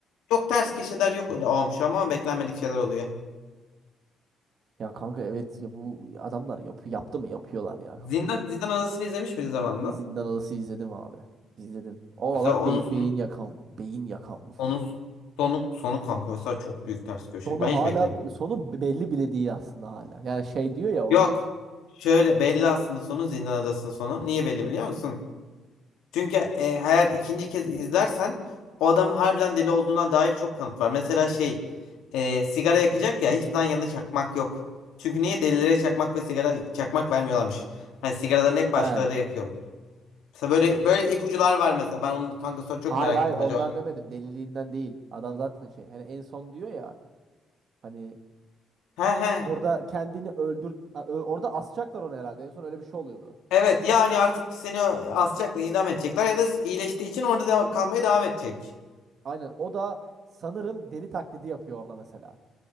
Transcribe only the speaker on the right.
Ya kanka evet ya bu adamlar yapı yaptı mı yapıyorlar ya kanka.
Zindan Adası izledim abi. İzledim. O
var
be-
beyin yakan, beyin yakan bir film.
Sonu
hala
sonu belli bile değil aslında hala. Yani şey diyor ya orada.
He.
Hayır
hayır
ondan
demedim. Deliliğinden değil. Adam zaten şey hani en son diyor ya hani
orada kendini öldür a- ö- orada asacaklar onu herhalde. En son öyle bir şey oluyordu.
Aynen. O da sanırım deli taklidi yapıyor orada mesela.